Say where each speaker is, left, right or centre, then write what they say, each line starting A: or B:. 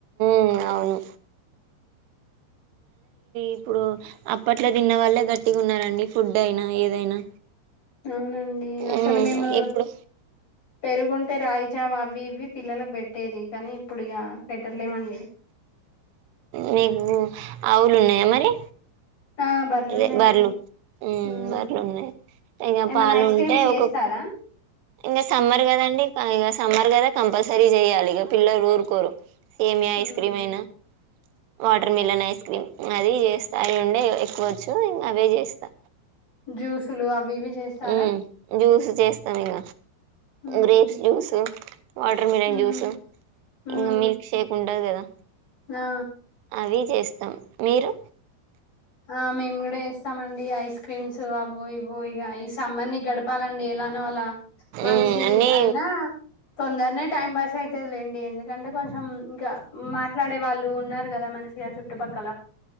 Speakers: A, on the right; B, on the left.
A: హ్మ్ అవును ఇప్పుడు అప్పట్లో తిన్న వాళ్ళే గట్టిగా ఉన్నారండి ఫుడ్ అయినా ఏదైనా
B: అవునండి అసలు
A: ఉమ్
B: మేము
A: ఇప్పుడు
B: పెరుగుంటే రాగిజావ అవి ఇవి పిల్లలకు పెట్టేది కానీ ఇప్పుడు ఇక పెట్టట్లేమండి
A: మీకు ఆవులు ఉన్నాయా మరి
B: ఆ బర్లున్నాయండి
A: అదే బర్లు
B: ఉమ్
A: బర్లు ఉన్నాయి ఇంగ
B: ఏమన్నా
A: పాలు
B: ఐస్
A: ఉంటే
B: క్రీమ్స్ చేస్తారా
A: ఒక ఇంకా సమ్మర్ కదండి ఇక సమ్మర్ కదా కంపల్సరీ చెయ్యాలి ఇక పిల్లలు ఊరుకోరు సేమియా
B: ఉమ్
A: ఐస్ క్రీమ్ అయినా వాటర్ మిలన్ ఐస్ క్రీమ్ అది చేస్తా అయి ఉండే ఎక్కువచ్చు ఇంకా అవే చేస్తా
B: జూస్లు అవి ఇవి చేస్తారా
A: హ్మ్ జ్యూస్ చేస్తాం ఇగ
B: ఉమ్
A: గ్రేప్స్ జ్యూస్ వాటర్ మిలన్
B: ఉమ్
A: జ్యూస్
B: ఉమ్
A: ఇంకా మిల్క్ షేక్ ఉంటది కదా
B: ఆ
A: అవీ చేస్తాం మీరు
B: ఆ మేము కూడా చేస్తామండి ఐస్ క్రీమ్స్ అవో ఇవో ఇక ఈ సమ్మర్ ని గడపాలండి ఎలానో అలా మంచి
A: మ్మ్ అన్నీ
B: అయినా తొందరనే టైం పాస్ అయితది లేండి ఎందుకంటే కొంచెం ఇంకా మాట్లాడే వాళ్ళు ఉన్నారు కదా మ చుట్టుపక్కలా